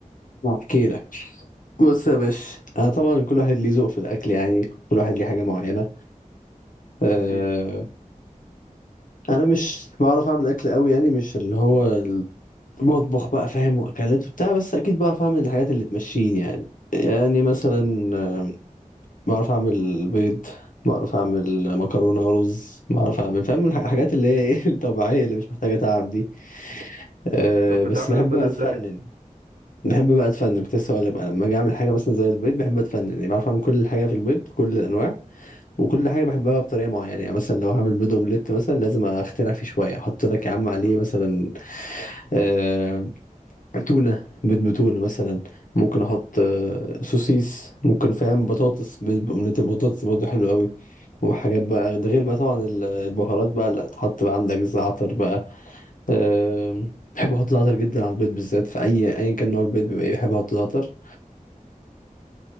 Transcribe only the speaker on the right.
اكيد
طب
بتعمل
البيض
ازاي